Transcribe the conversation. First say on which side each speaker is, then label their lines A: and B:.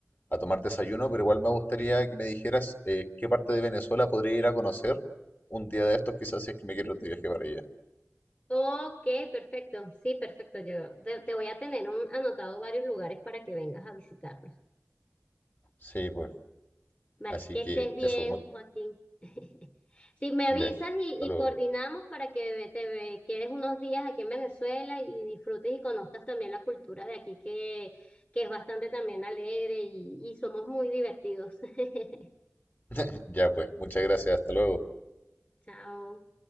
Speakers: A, on the left (about 45°); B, on the left (about 25°).
A: a tomar desayuno, pero igual me gustaría que me dijeras eh, qué parte de Venezuela podría ir a conocer un día de estos, quizás si es que me quiero de viaje para allá.
B: Ok, perfecto. Sí, perfecto. Yo te, te voy a tener un, anotado varios lugares para que vengas a visitar.
A: Sí, pues.
B: Vale,
A: Así
B: que
A: que
B: estés bien,
A: eso, mu-
B: Joaquín. <laughs> Si me avisas
A: ya,
B: y,
A: hasta
B: y
A: luego.
B: coordinamos para que te ve- quedes unos días aquí en Venezuela y disfrutes y conozcas también la cultura de aquí, que, que es bastante también alegre y, y somos muy divertidos. <laughs>
A: <laughs> Ya pues, muchas gracias, hasta luego.
B: Chao.